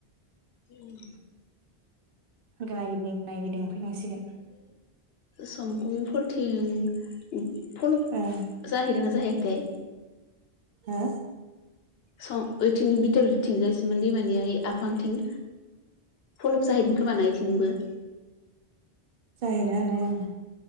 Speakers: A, on the left (about 70°); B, on the right (about 60°).
A: उम।
B: नाय गिदिं नायगिदिं फैनांसिगोन।
A: संकुं फोरथिं। फल'ब
B: ओ
A: जाहैदोंना जाहैयाखैथाय।
B: हा।
A: सं ओइथिं बितोर थिंजाय सिमेन दैमानियाइ आफांथिं। फलप जाहैदों खोमाना इथिंबो।
B: जाहैनोहानाय ओं।